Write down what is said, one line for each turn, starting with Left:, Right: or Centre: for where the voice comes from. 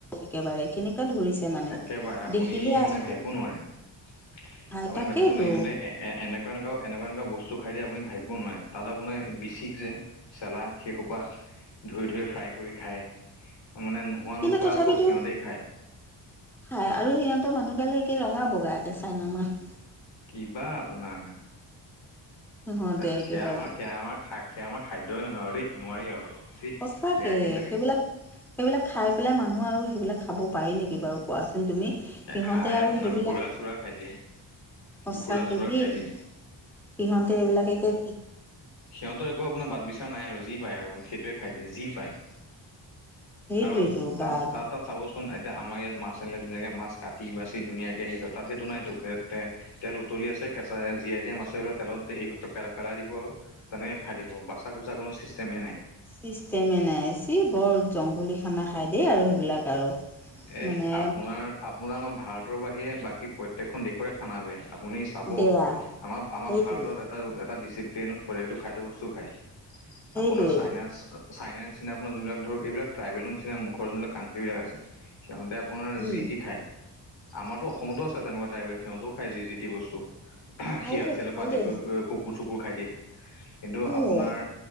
Centre: একেবাৰে কেনেকুৱা ধৰিছে। মানে
Left: একেবাৰে আপুনি
Centre: দেখিলে
Left: মানে
Centre: আচৰিত
Left: ভাবিব নোৱাৰে আপুনি
Centre: হয় তাকেইতো
Left: ভাবিব নোৱাৰে ইহঁতে এ এনেকুৱা এনেকুৱা এনেকুৱা এনেকুৱা বস্তু খায় দিয়ে আপুনি ভাবিব নোৱাৰে, তাত আপোনাৰ বিচিক যে চেলা সেইহুপা ধুই ধুই ফ্ৰাই কৰি খায়, মানে খোৱা
Centre: কিন্তু
Left: নোখোৱা
Centre: তথাপিতো
Left: সব সিহঁতেই খায়।
Centre: খায় আৰু সিহঁতৰ মানুহ গালে একে ৰঙা বগা একে চাইনামান।
Left: কিবা আপোনাৰ
Centre: সিহঁতে
Left: থেঁত
Centre: একেবাৰে
Left: সেয়া আমাৰ সেয়া আমাৰ খা সেয়া আমাৰ খাদ্যই নহয় আৰু দেই নোৱাৰি আৰু। চি
Centre: সঁচাকে
Left: বেয়া ঘিন লাগে
Centre: সেইবিলাক সেইবিলাক খাই পেলাই মানুহ আৰু সেইবিলাক খাব পাৰি নেকি বাৰু কোৱাচ তুমি সিহঁতে
Left: খাই
Centre: আৰু
Left: আপোনাৰ
Centre: সেইবিলাক
Left: ঘোঁৰা চোৰা খাই দিয়ে
Centre: সঁচাকে
Left: ঘোঁৰা চোৰা
Centre: দেই
Left: খাই দিয়ে
Centre: সিহঁতে এইবিলাক একে
Left: সিহঁতৰ একো আপোনাৰ বাট বিচাৰ নাই আৰু যি পায় আৰু, সেইটোৱে খাই দিয়ে যি পায়।
Centre: সেইটোৱেইটো
Left: আৰু তাত
Centre: বাদ
Left: তাত তাত চাবচোন এতিয়া আমাৰ ইয়াত মাছ আহিলে ধুনীয়াকে মাছ কাটি বাচি ধুনীয়াকে সেই কৰে তাত সেইটো নাইতো <unintelligible> তেল উতলি আছে কেঁচা জীয়া জীয়া মাছ সেইবিলাক তেলত হেই পে পেলাই দিব আৰু তেনেকে খায় দিব, বাচা কুচা কোনো চিষ্টেমেই নাই।
Centre: চিষ্টেমে নাই, চি বৰ জংঘলী খানা খাই দেই আৰু সেইবিলাক আৰু।
Left: এ
Centre: মানে
Left: আপোনাৰ আপোনাৰ আমাৰ ভাৰতৰ বাহিৰে বাকী প্ৰত্যেকখন দেশৰে খানা বেয়া আপুনি, চাব
Centre: বেয়া
Left: আমাৰ আমাৰ
Centre: সেইটোৱে
Left: ভাৰতত এ এটা ডিচিপ্লতটো খাদ্যয় বস্তু খায়
Centre: সেইটোৱে
Left: আপোনাৰ চাইনাচ, চাইনা নিচিনা আপুনাৰ যোনবিলাক ধৰ এইবাক ট্ৰাইবেলৰ নিচিনা মুখৰ যোনবিলাক কণ্ট্ৰ বিলাক আছে। সিহঁতে আপোনাৰ
Centre: উম,
Left: যি টি খায় আমাৰতো অসমতো আছে তেনেকুৱা ট্ৰাইপে সিহঁতেও খায় যি টি বস্তু,
Centre: খাই
Left: শিয়াল
Centre: দে
Left: চিয়ালৰ
Centre: খাই
Left: পৰা আদি
Centre: দে
Left: কৰি কুকুৰ চুকুৰ খাই দিয়ে। কিন্তু
Centre: উ
Left: আপোনাৰ